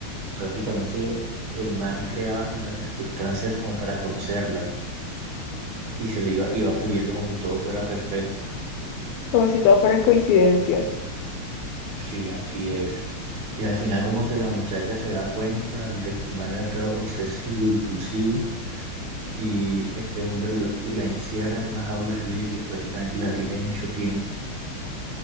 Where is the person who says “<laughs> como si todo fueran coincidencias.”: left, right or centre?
Left